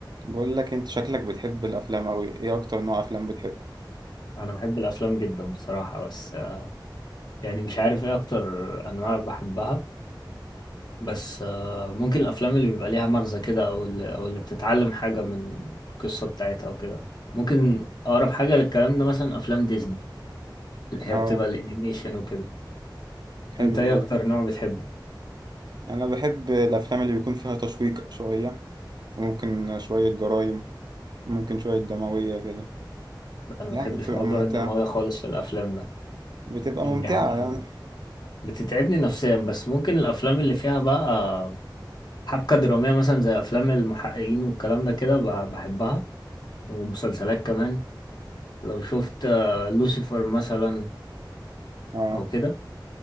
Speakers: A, on the right (about 60°); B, on the left (about 60°).
A: بقول لك انت شكلك بتحب الافلام اوي ايه اكتر نوع افلام بتحبه
B: انا بحب الافلام جدا بصراحه بس آه، يعني مش عارف ايه اكتر انواع بحبها بس آه، ممكن الافلام اللي بيبقى ليها مغزى كده او اللي او اللي بتتعلم حاجه من القصه بتاعتها وكده ممكن اقرب حاجه للكلام ده مثلا افلام ديزني اللي هي
A: اه
B: بتبقى الانيميشن وكده
A: حلوة
B: انت ايه
A: برضه
B: اكتر نوع بتحبه
A: انا بحب الافلام اللي بيكون فيها تشويق شويه ممكن شويه جرايم ممكن شويه دمويه كده
B: انا
A: يعني
B: ما بحبش
A: بتبقى
B: موضوع
A: ممتعه
B: الدمويه خالص في الافلام ده
A: بتبقى
B: يعني
A: ممتعه
B: دي حاجه
A: يعني
B: بتتعبني نفسيا بس ممكن الافلام اللي فيها بقى حبكه دراميه مثلا زي افلام المحققين والكلام ده كده ب- بحبها ومسلسلات كمان لو شفت آه، لوسيفر مثلا
A: اه
B: او كده